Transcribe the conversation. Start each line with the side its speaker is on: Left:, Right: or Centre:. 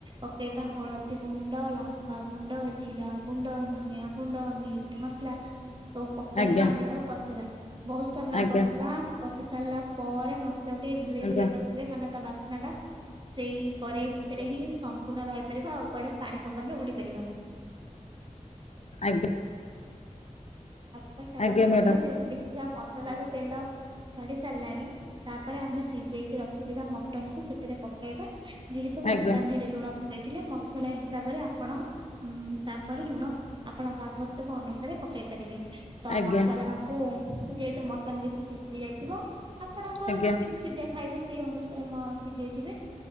Right: ପକେଇବା ହଳଦୀ ଗୁଣ୍ଡ ଲଙ୍କା ଗୁଣ୍ଡ ଜିରା ଗୁଣ୍ଡନନିଆ ଗୁଣ୍ଡ ମିଟ୍ ମସଲା ତକୁ ପକେଇକି
Left: ଆଜ୍ଞା
Right: ଆମେ ତାକୁ କଷିବା ବହୁତ ସମୟ
Left: ଆଜ୍ଞା
Right: କଷିବା
Left: ଆଜ୍ଞା
Right: କଷି ସାରିଲା ପରେ ଯେମତି ଟିକେ ଘୋରେଇ
Left: ଆଜ୍ଞା
Right: ଘରେଇ କସିବେ କାରଣ ତା ବାସ୍ନା ଟା ସେଇ କରେଇ ଭିତରେ ହିଁ ସମ୍ପୂର୍ଣ୍ଣ ରହିପାରିବ ଆଉ କୁଆଡେ ପାଣି ପବନ ରେ ଉଡି ପାରିବନି।
Left: ଆଜ୍ଞା।
Right: ଖାଲି ତାକୁ
Left: ଆଜ୍ଞା
Right: ଆମେ
Left: ମ୍ୟାଡ଼ାମ
Right: କସିବା ଯେମତି ଦେଖିଆ ମସଲା ରୁ ତେଲ ଛାଡି ସାରିଲାଣି ତାପରେ ଆମେ ସିଜେଇକି ରଖିଥିବା ମଟନକୁ ସେଥିରେ ପକେଇବା। ଯେହେତୁ
Left: ଆଜ୍ଞା
Right: ମଟନ୍ ଧିଏରେ ଲୁଣ ପକେଇଥିଲେ ମସଲା ହିସାବରେ ଆପଣ ହୁଁଉଁ ତାପରେ ଲୁଣ ଆପଣଙ୍କ ଆବଶ୍ୟକ ଅନୁସାରେ ପକେଇ ପାରିବେ ତ
Left: ଆଜ୍ଞା
Right: ମସଲାକୁ ଯେହେତୁ ମଟନ୍ ବେଶୀ ସିଝି ଯାଇଥିବ <inaudible> ଆପଣଙ୍କ
Left: ଆଜ୍ଞା
Right: ଯେତିକି ସିଝା ଖାଇବେ ସେଇ ଅନୁସାରେ ମ ସିଝେଇଥିବେ